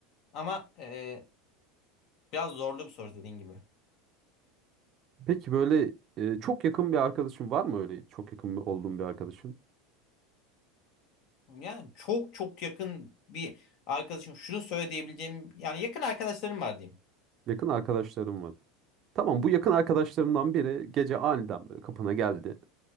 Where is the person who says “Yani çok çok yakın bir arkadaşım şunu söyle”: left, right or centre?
Left